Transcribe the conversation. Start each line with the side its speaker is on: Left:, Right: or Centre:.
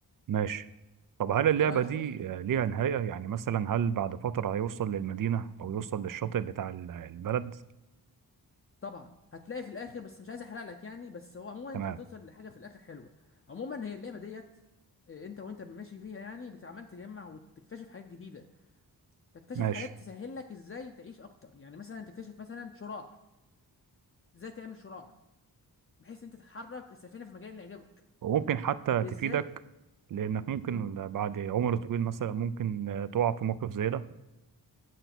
Right: ماشي طب هل
Left: مش
Right: اللعبة
Left: بطريقه عشوائيه
Right: دي
Left: زي ما
Right: آه،
Left: قلت
Right: ليها
Left: لك
Right: نهاية يعني مثلا هل بعد فترة هيوصل للمدينة أو يوصل للشاطئ بتاع ال- البلد
Left: طبعا هتلاقي في الاخر بس مش عايز احرق لك يعني بس هو عموما
Right: تمام
Left: انت هتوصل لحاجه في الاخر حلوه عموما هي اللعبه ديت آه، انت وانت ماشي فيها يعني بتعمل تجمع وتكتشف حاجات جديده تكتشف
Right: ماشي
Left: حاجات تسهل لك ازاي تعيش اكتر يعني مثلا تكتشف مثلا شراع ازاي تعمل شراع بحيث انت تتحرك السفينه في المجال اللي يعجبك
Right: وممكن حتى
Left: ازاي
Right: تفيدك لأنك ممكن
Left: امم
Right: بعد عمر طويل مثلا ممكن آه، تقع في موقف زي ده